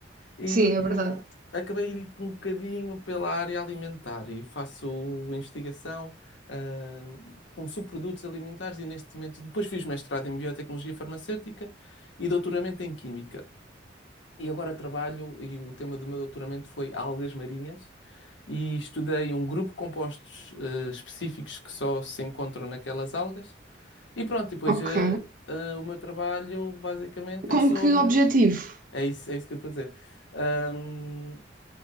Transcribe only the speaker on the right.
Sim,
é verdade.
Ok.
Com
que objetivo?